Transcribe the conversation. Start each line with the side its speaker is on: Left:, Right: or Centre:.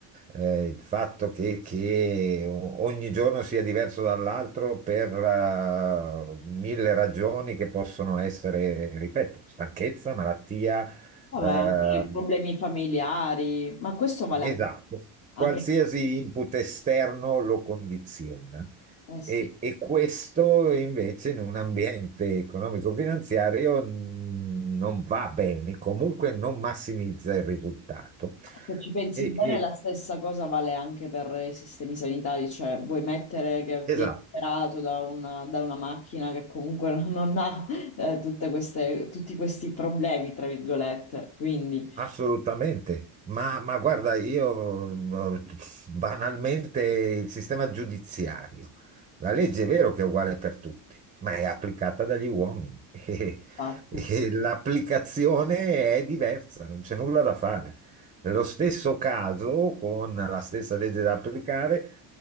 Right: Eh, il fatto che, che o- ogni giorno sia diverso dall'altro per eh, mille ragioni che possono essere, ripeto, stanchezza, malattia,
Left: Vabbè,
Right: eh,
Left: anche i problemi familiari, ma questo vale
Right: Esatto,
Left: anche, anche-
Right: qualsiasi input esterno lo condiziona
Left: eh sì,
Right: e, e questo invece in un ambiente economico-finanziario mh, non va bene, comunque non massimizza il risultato.
Left: se ci pensi
Right: E-
Left: bene,
Right: e-
Left: la stessa cosa vale anche per i sistemi sanitari, cioè vuoi mettere che
Right: Esatto,
Left: vieni operato da una, da una macchina che comunque <laughs> non ha eh, tutte queste, tutti questi problemi, tra virgolette, quindi...
Right: Assolutamente, ma, ma guarda, io eh, banalmente il sistema giudiziario, la legge è vero che è uguale per tutti, ma è applicata dagli uomini <laughs> e,
Left: ah.
Right: e l'applicazione è diversa, non c'è nulla da fare. Nello stesso caso, con la stessa legge da applicare,